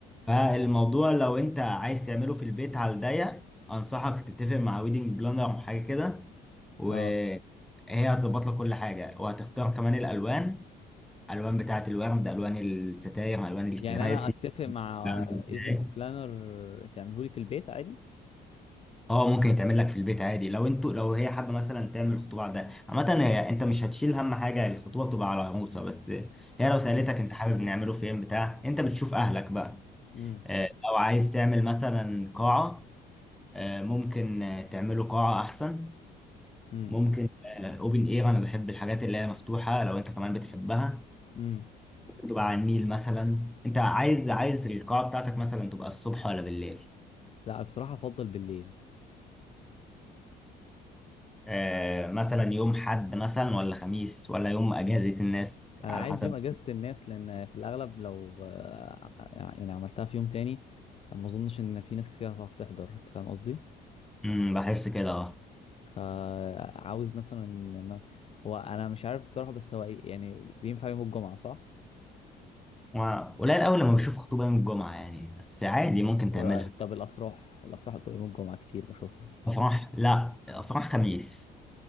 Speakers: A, in the centre; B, on the left.
A: فالموضوع لو انت عايز تعمله في البيت على الضيق انصحك تتفق مع ويدنج بلانر او حاجه كده وهي
B: اه
A: هتظبط لك كل حاجه وهتختار كمان الالوان الوان بتاعه الورد الوان الستاير الوان الكراسي
B: يعني انا اتفق مع
A: بتعمل
B: ايفنت
A: إزاي.
B: بلانر تعمله لي في البيت عادي
A: اه ممكن يتعمل لك في البيت عادي لو انتوا لو هي حابه مثلا تعمل خطوبه عاديه عامه هي- انت مش هتشيل هم حاجه الخطوبه بتبقى على موسى بس هي لو سالتك
B: مم.
A: انت حابب نعمله فين بتاع انت بتشوف اهلك بقى
B: امم
A: آه، لو عايز تعمل مثلا قاعه آه، ممكن آه، تعمله قاعه احسن
B: امم
A: ممكن اوبن اير انا بحب الحاجات اللي هي مفتوحه لو انت كمان بتحبها
B: امم
A: تبقى على النيل مثلا انت عايز عايز القاعه بتاعتك مثلا تبقى الصبح ولا بالليل
B: لا بصراحه افضل بالليل
A: آه، مثلا يوم حد مثلا ولا خميس ولا يوم اجازة الناس
B: انا
A: على
B: عايز
A: حسب
B: يوم اجازه الناس لان في الاغلب لو آه، يعني عملتها في يوم تاني ما اظنش ان في ناس كتير هتعرف تحضر انت فاهم قصدي
A: امم بحس كده اه
B: فعاوز مثلا إن ما هو انا مش عارف بصراحه بس هو إيه- يعني بينفع يوم الجمعه صح
A: و- قليل قوي لما بشوف خطوبة يوم الجمعة يعني بس عادي ممكن
B: و-
A: تعملها
B: طب الافراح الافراح بتبقى يوم الجمعه كتير بشوفها
A: افراح لا افراح خميس